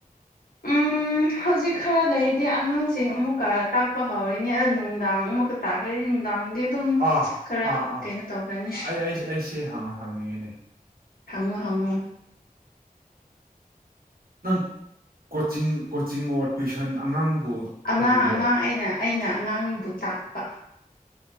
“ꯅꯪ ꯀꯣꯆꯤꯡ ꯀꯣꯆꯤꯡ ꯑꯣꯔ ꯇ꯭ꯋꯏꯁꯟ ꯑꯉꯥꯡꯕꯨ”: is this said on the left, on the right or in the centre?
Right